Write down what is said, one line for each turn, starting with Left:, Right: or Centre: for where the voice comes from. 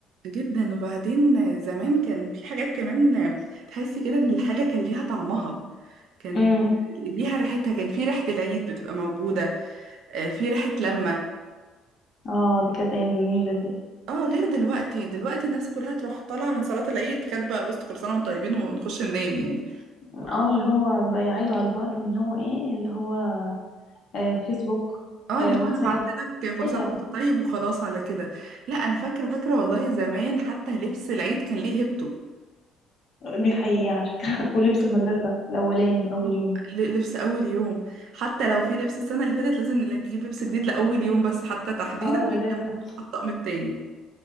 Right: جدا وبعدين زمان كان في حاجات كمان تحسي كده ان الحاجه كان ليها طعمها كان
Left: امم
Right: ليها ريحتها كان في ريحة العيد بتبقى موجودة آه، في ريحة لما
Left: اه دي كانت أيام جميلة دي
Right: اه غير دلوقتي دلوقتي الناس كلها تروح طالعة من صلاة العيد كاتبة بص كل سنة وانتم طيبين ونخش ننام يعني
Left: اه اللي هو بيعيدوا على بعض من هو ايه اللي هو آه فيسبوك
Right: اه
Left: آه
Right: اللي هو
Left: واتساب
Right: انا بعت لك كل
Left: ايه
Right: سنة
Left: ده
Right: وانت طيب وخلاص على كده لا انا فاكرة فاكرة والله زمان حتى لبس العيد كان ليه هيبته
Left: دي حقيقة على فكرة <laughs> ولبس المدرسة الأولاني أول
Right: آه،
Left: يوم
Right: ل- لبس اول يوم حتى لو في لبس السنة اللي فاتت لازم نجيب لبس جديد لأول يوم بس حتى تحديدا
Left: اه ده لازم
Right: ويتطقم التاني